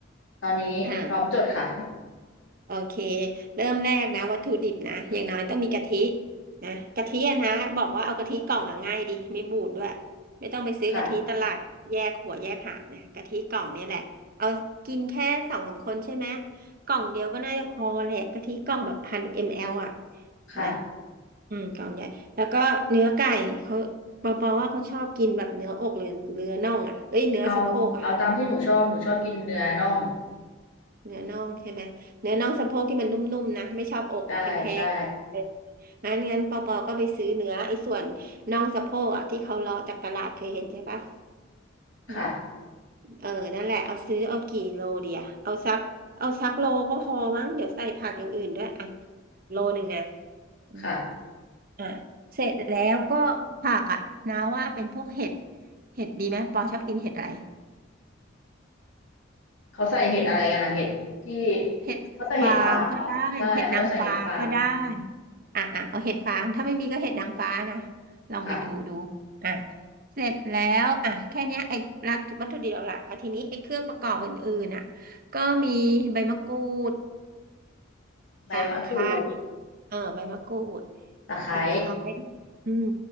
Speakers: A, on the left (about 80°); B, on the right (about 50°).
A: ตอนนี้พร้อมจดค่ะ
B: อ่า โอเค เริ่มแรกนะวัตถุดิบนะอย่างน้อยต้องมีกะทิ นะกะทิอะนะบอกว่าเอากะทิกล่องอะง่ายดีไม่บูดด้วยไม่ต้องไปซื้อกะทิตลาดแยกหัวแยกหางนะกะทิกล่องนี่แหละเอากินแค่สองสามคนใช่ไหม
A: ค่ะ
B: กล่องเดียวก็น่าจะพอแหละกะทิกล่องแบบพันมลอ่ะ
A: ค่ะ
B: นะอืมกล่องใหญ่แล้วก็เนื้อไก่เขาบอกว่าเขาชอบกินแบบเนื้ออกหรือเนื้อน่องอ่ะเอ้ยเนื้อสะโพกอ่ะ
A: เอาเอาตามที่หนูชอบหนูชอบกินเนื้อน่อง
B: เนื้อน่องใช่ไหมเนื้อน่องสะโพกที่มันนุ่มๆนะไม่ชอบอกนะแห้งๆเออ
A: ได้ใช่
B: งั้นงั้นปอปอก็ไปซื้อเนื้อไอ้ส่วนน่องสะโพกอ่ะที่เขาเลาะจากตลาดเคยเห็นใช่ปะ
A: ค่ะ
B: อืมเออนั่นแหละเอาซื้อเอากี่โลเดียเอาสักเอาสักโลก็พอมั้งเดี๋ยวใส่ผักอย่างอื่นด้วยอ่ะโลหนึ่งนะอืม
A: ค่ะ
B: อ่ะเสร็จแล้วก็ผักอ่ะนาว่าเป็นพวกเห็ดเห็ดดีไหมปอชอบกินเห็ดอะไร
A: เขาใส่เห็ดอะไรกันนะเห็ดที่
B: เห็ดฟางก็ได้เห็ดนางฟ้าก็ได้
A: เขาใส่เห็ดฟางเหรอใช่เขาจะใส่เห็ดฟาง
B: อ่ะอ่ะเอาเห็ดฟางถ้าไม่มีก็เห็ดนางฟ้านะลองไปดูดู
A: ค่ะ
B: อ่ะเสร็จแล้วอ่ะแค่เนี้ยไอ้วัตวัตถุดิบหลักๆอ่ะทีนี้ไอ้เครื่องประกอบอื่นๆน่ะ ก็มีใบมะกรูด
A: ใบมะกรูด
B: ตะไคร้เออใบมะกรูด
A: ตะไคร้
B: ตะไคร้อืม